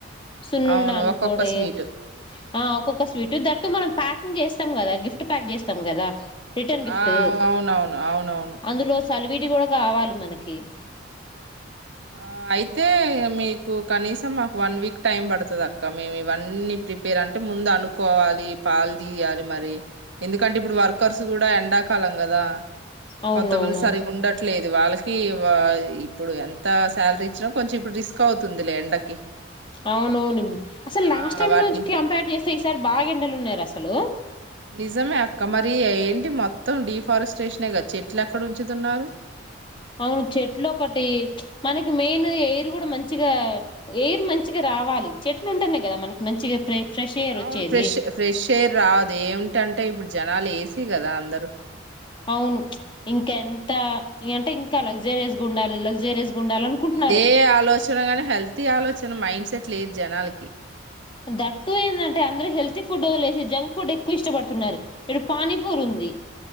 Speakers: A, on the left; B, on the right.
A: సున్నుండ
B: అవును
A: అనుకోండి
B: ఒక్కొక్క స్వీటు
A: ఆ ఒక్కొక్క స్వీట్ ట్ మనం ప్యాకింగ్ చేస్తాం గదా గిఫ్ట్ ప్యాక్ చేస్తాం గదా రిటర్న్ గిఫ్ట్
B: ఆ అవునవును అవునవును
A: అందులో సలివిడి గుడ కావాలి మనకి
B: ఆ అయితే ఇగ మీ మీకు కనీసం మాకు వన్ వీక్ టైం పడుతుదక్క మేమివన్నీ ప్రిపేర్ అంటే ముందనుకోవాలి. పాల్ దీయాలి మరి ఎందుకంటే ఇప్పుడు వర్కర్స్ గుడా ఎండాకాలం గదా
A: అవునవును
B: కొంతమంది సరిగుండట్లేదు వాళ్ళకి వా ఇప్పుడు శాలరీ ఇచ్చిన కొంచెం ఇప్పుడు రిస్క్ అవుతుంది లే ఎండకి
A: అవునవును అసలు
B: ఆ
A: లాస్ట్ టైం
B: వాటిని
A: ను కంపేర్ చేస్తే ఈసారి బాగెండలు ఉన్నాయిరా అసలు
B: నిజమే అక్క మరీ ఏంటి మొత్తం డీఫారెస్ట్రేషనే గా చెట్లెక్కడ ఉంచుతున్నారు
A: అవును చెట్లొకటి మనకి మెయిన్ ఎయిరు గుడా మంచిగా ఎయిర్ మంచిగా రా కావాలి చెట్లుంటుంటేనే గదా మనకి మంచిగా ఫ్రె ఫ్రెష్ ఎయిర్
B: అవును
A: వచ్చేది
B: ఫ్రెష్ ఫ్రెష్ ఎయిర్ రాదు ఏమిటంటే ఇప్పుడు జనాలు ఏ సి గదా అందరూ
A: అవును ఇంకెంత ఇ అంటే ఇంకా లగ్జరియస్ గుండాలి లగ్జరియస్ గా ఉండాలి అనుకుంటున్నారు
B: ఇదే ఆలోచన గాని హెల్తీ ఆలోచన మైండ్ సెట్ లేదు జనాలకి
A: దట్టు ఏందంటే అందరు హెల్తీ ఫుడ్ వదిలేసి జంక్ ఫుడ్ ఎక్కువ ఇష్టపడుతున్నారు, ఇప్పుడు పానీపూర్ ఉంద్. డి